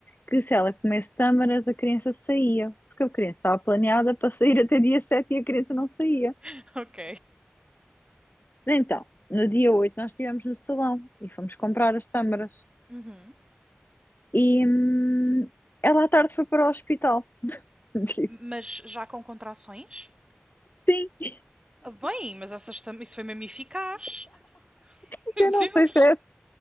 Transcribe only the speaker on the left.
que se ela comesse tâmaras a criança saía, porque a criança estava planeada para sair até dia 7 e a criança não saía.
Então, no dia 8 nós estivemos no salão e fomos comprar as tâmaras
e hum, ela à tarde foi para o hospital. <laughs>
Tipo,
Sim,
eu
não sei se é,